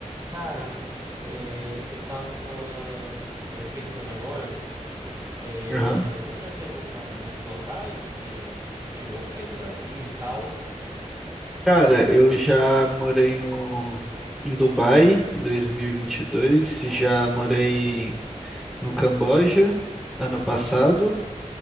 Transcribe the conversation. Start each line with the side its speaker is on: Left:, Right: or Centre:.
Right: Cara, é, eu tava, né, pensando agora, é,
Centre: Aham.
Right: você já viajou pra muitos locais, assim, chegou a sair do Brasil e tal?
Centre: Cara, eu já morei no em Dubai em dois mil e e vinte e dois.
Right: Nossa.
Centre: já morei no Camboja ano passado